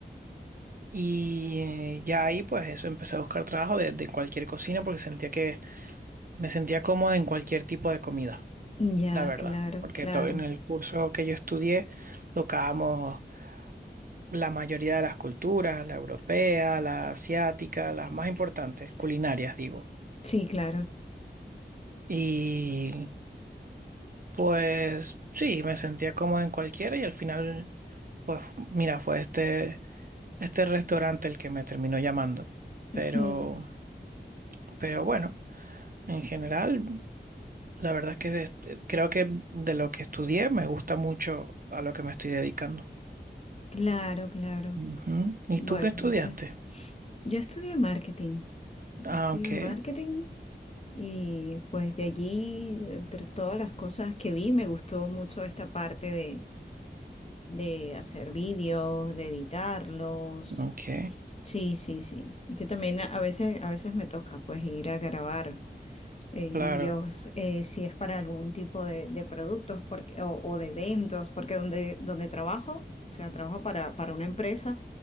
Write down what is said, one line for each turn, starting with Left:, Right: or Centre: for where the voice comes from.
Right: y eh, ya ahí pues eso empecé a buscar trabajo de, de cualquier cocina porque sentía que me sentía cómodo en cualquier tipo de comida,
Left: ya,
Right: la verdad,
Left: claro,
Right: porque
Left: claro.
Right: to- en el curso que yo estudié tocábamos la mayoría de las culturas, la europea, la asiática, las más importantes, culinarias digo.
Left: Sí, claro.
Right: Y pues sí, me sentía cómodo en cualquiera y al final pues mira, fue este este restaurante el que me terminó llamando. Pero,
Left: Ujú.
Right: pero bueno, en general, la verdad es que es- creo que de lo que estudié me gusta mucho a lo que me estoy dedicando.
Left: Claro, claro.
Right: Ujú. ¿Y
Left: Bueno,
Right: tú qué estudiaste?
Left: eso. Yo estudié marketing. Yo
Right: Ah,
Left: estudié
Right: ok,
Left: marketing y pues de allí, entre todas las cosas que vi, me gustó mucho esta parte de, de hacer vídeos, de editarlos.
Right: ok,
Left: Sí, sí, sí. Es que también a a veces, a veces me toca pues ir a grabar. eh,
Right: claro,
Left: vídeos, eh, si es para algún tipo de, de productos porque, o, o de eventos, porque donde, donde trabajo, o sea, trabajo para, para una empresa,